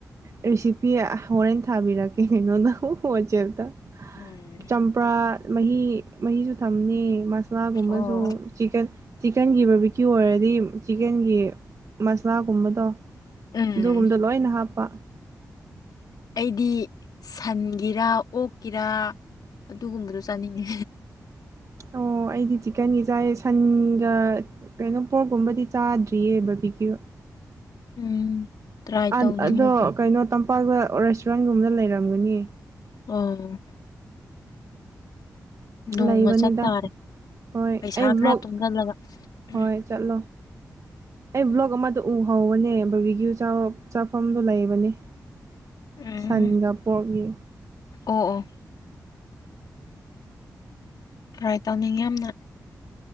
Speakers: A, on the right; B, on the left.
A: ꯔꯤꯁꯤꯄꯤꯌꯥ ꯍꯣꯔꯦꯟ ꯊꯥꯕꯤꯔꯛꯀꯦ ꯀꯩꯅꯣꯗ ꯋꯥꯆꯦꯞꯇ꯫
B: ꯎꯝ
A: ꯆꯝꯄ꯭ꯔꯥ ꯃꯍꯤ ꯃꯍꯤꯁꯨ ꯊꯝꯅꯦ꯫ ꯁꯥꯒꯨꯝꯕꯁꯨ
B: ꯑꯣ
A: ꯆꯤꯀꯟ꯫ ꯆꯤꯛꯀꯟꯒꯤ ꯕꯥꯔꯀꯤꯌꯨ ꯑꯣꯏꯔꯗꯤ ꯆꯤꯛꯀꯟꯒꯤ ꯃꯁꯂꯥ꯫ ꯒꯨꯨꯝꯕꯗꯣ
B: ꯎꯝ
A: ꯑꯗꯨꯒꯨꯝꯕꯗꯣ ꯂꯣꯏꯅ ꯍꯥꯞꯄ꯫
B: ꯑꯩꯗꯤ ꯁꯟꯒꯤꯔꯥ ꯑꯣꯛꯀꯤꯔꯥ꯫ ꯑꯗꯨꯒꯨꯝꯕꯗꯣ ꯆꯥꯅꯤꯡꯉꯦ꯫
A: ꯑꯣ ꯑꯩꯗꯤ ꯆꯤꯛꯀꯟꯒꯤ ꯆꯥꯏ ꯁꯟꯒ꯫ ꯀꯩꯅꯣ ꯄꯣꯛꯀꯨꯝꯕꯗꯤ ꯆꯥꯗ꯭ꯔꯤꯌꯦ ꯕꯔꯕꯤꯀꯤꯌꯨ꯫
B: ꯎꯝ ꯇ꯭ꯔꯥꯏ
A: ꯑ
B: ꯇꯧꯅꯤꯡꯉꯦ
A: ꯑꯗꯣ
B: ꯑꯗꯨ
A: ꯀꯩꯅꯣ ꯇꯝ꯫ ꯄꯥꯛꯇ ꯔꯦꯁꯇꯨꯔꯦꯟꯒꯨꯝꯕꯗ ꯂꯩꯔꯝꯒꯅꯤ꯫
B: ꯑꯣ ꯅꯣꯡꯃ
A: ꯂꯩꯕꯅꯤꯗ
B: ꯆꯠꯇꯥꯔꯦ
A: ꯍꯣꯏ
B: ꯄꯩꯁꯥ
A: ꯑꯩ
B: ꯈꯔ
A: ꯕ꯭ꯂꯣꯛ
B: ꯇꯨꯡꯁꯤꯜꯂꯒ ꯎꯝ
A: ꯍꯣꯏ ꯆꯠꯂꯣ꯫ ꯑꯩ ꯕ꯭ꯂꯣꯛ ꯑꯃꯗ ꯎꯍꯧꯕꯅꯦ ꯕꯔꯕꯤꯀꯤꯌꯨ ꯆꯥꯐꯝꯗꯨ ꯂꯩꯕꯅꯦ꯫
B: ꯎꯝ
A: ꯁꯟꯒ ꯄꯣꯛꯒꯤ꯫
B: ꯑꯣ ꯑꯣ꯫ ꯇ꯭ꯔꯥꯏ ꯇꯧꯅꯤꯡꯉꯦ ꯌꯥꯝꯅ